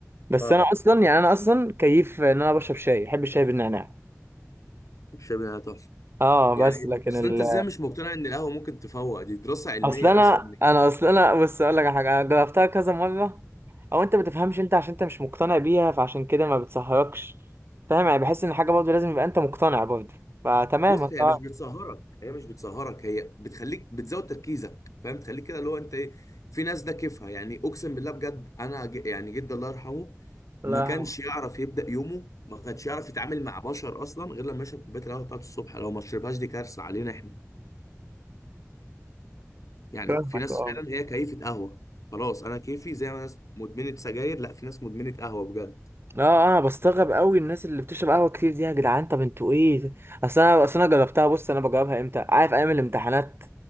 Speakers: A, on the right; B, on the left.
A: بس
B: فاهم
A: انا اصلا يعني انا اصلا كيف ان انا بشرب شاي بحب الشاي بالنعناع
B: الشاي بيبقى تحفه
A: اه بس
B: يعني
A: لكن
B: بس
A: ال-
B: انت ازاي مش مقتنع ان القهوه ممكن تفوق دي دراسه علميه
A: اصل انا
B: بس انك
A: انا اصل انا بص اقول لك على حاجه انا جربتها كذا مره او انت ما بتفهمش انت عشان انت مش مقتنع بيها فعشان كده ما بتسهركش فاهم يعني بحس ان حاجه برضه لازم يبقى انت مقتنع برضه فتمام
B: بص
A: الله
B: هي مش بتسهرك هي مش بتسهرك هي بتخليك بتزود تركيزك فاهم تخليك كده اللي هو انت ايه في ناس ده كيفها يعني اقسم بالله بجد انا ج- يعني جدي الله يرحمه
A: يرحمه
B: ما كانش يعرف يبدا يومه ما كانش يعرف يتعامل مع بشر اصلا غير لما يشرب كوبايه القهوه بتاعته الصبح لو ما شربهاش دي كارثه علينا احنا يعني
A: فاهمك
B: في ناس
A: اه
B: فعلا هي كيفة قهوة خلاص انا كيفي زي ما ناس مدمنة سجاير لا في ناس مدمنة قهوة بجد
A: اه انا بستغرب قوي الناس اللي بتشرب قهوه كتير دي يا جدعان طب انتوا ايه اصل انا اصل انا جربتها بص انا بجربها امتى عارف ايام الامتحانات